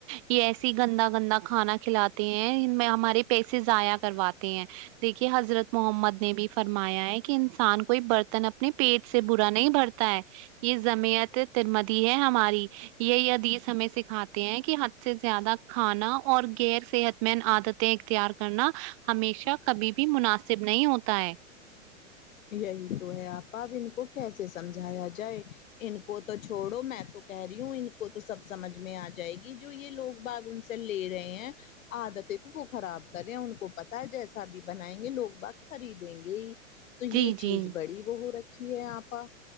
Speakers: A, on the right (about 25°); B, on the left (about 85°).
A: یہ ایسی گندا گندا کھانا کھلاتے ہیں ہم پیسے ضائع کرواتے ہیں دیکھیے حضرت محمد نے بھی فرمایا ہے کہ انسان کوئی برتن اپنے پیٹ سے برا نہیں بھرتا ہے یہ زمیعت ترمدی ہے ہماری یہ حدیث ہمیں سکھاتے ہیں کہ سے زیادہ کھانا اور غیر صحت مند عادتیں اختیار کرنا ہمیشہ کبھی بھی مناسب نہیں ہوتا ہے
B: یہی تو ہے آپا اب ان کو کیسے سمجھایا جائے ان کو تو چھوڑو میں تو کہہ رہی ہوں ان کو تو سب سمجھ میں آ جائے گی جو یہ لوگ باغ ان سے لے رہے ہیں عادت ہے تو وہ خراب کرے ان کو پتا جیسا بھی بنائیں گے لوگ بت خریدیں گے ہی تو
A: جی
B: یہ چیز
A: جی
B: بڑی وہ ہو رکھی ہے آپا